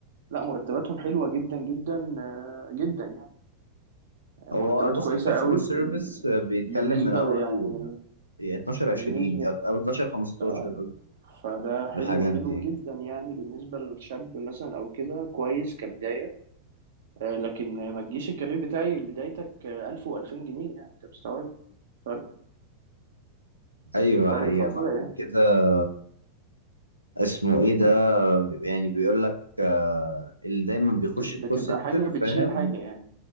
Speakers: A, on the right; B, on the left.
A: لا مرتباتهم حلوة جدا جدا آه، جدا يعني مرتبات
B: هو بص
A: كويسة
B: الكاستمر
A: قوي
B: سيرفيس بيتكلم
A: بالنسبة
B: من اول
A: يعني
B: 12 20
A: بالنسبة
B: او 12 15
A: اه
B: قصدي،
A: فده حلو
B: الحاجات
A: حلو
B: دي
A: جدا يعني بالنسبة لشاب مثلا أو كده كويس كبداية آه، لكن ما تجيش الكارير بتاعي بدايتك ألف وألفين جنيه يعني أنت مستوعب فرق
B: ايوه
A: فرق
B: حقيقة
A: فظيع
B: ما عشان
A: يعني
B: كده اسمه ايه ده يعني بيقول لك آه، اللي دايما بيخش
A: بتب-
B: الكول
A: بتبقى
B: سنتر
A: حاجة بتشيل
B: فاهم
A: حاجة يعني